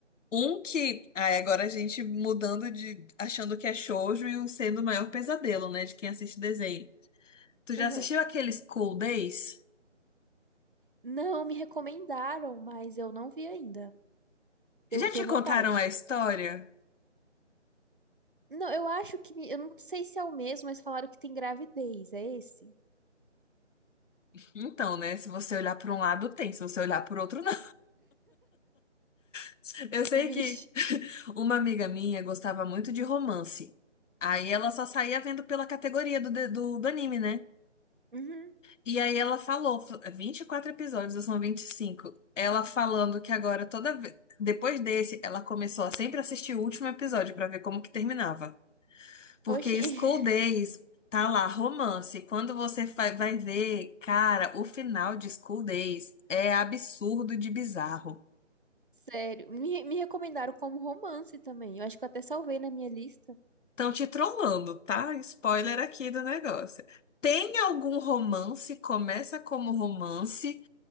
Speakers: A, on the left; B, on the right.
A: Um que. Aí agora a gente mudando de. achando que é shoujo e o sendo o maior pesadelo, né? De quem assiste desenho. Tu já
B: Aham.
A: assistiu aqueles School Days?
B: Não, me recomendaram, mas eu não vi ainda.
A: Já
B: Eu tenho
A: te
B: vontade.
A: contaram a história?
B: Não, eu acho que. Eu não sei se é o mesmo, mas falaram que tem gravidez. É esse?
A: Então, né? Se você olhar por um lado, tem. Se você olhar por outro, não. <laughs>
B: <laughs>
A: Eu sei
B: Vixe.
A: que Uma amiga minha gostava muito de romance. Aí ela só saía vendo pela categoria do, do, do anime, né?
B: Uhum.
A: E aí ela falou, fa- 24 episódios, ou são 25. Ela falando que agora toda vez. Depois desse, ela começou a sempre assistir o último episódio pra ver como que terminava. Porque
B: Oxi.
A: School
B: <laughs>
A: Days tá lá, romance. Quando você fa- vai ver, cara, o final de School Days é absurdo de bizarro.
B: Sério. Me, me recomendaram como romance também. Eu acho que eu até salvei na minha lista.
A: Estão te trollando, tá? Spoiler aqui do negócio. Tem algum romance, começa como romance,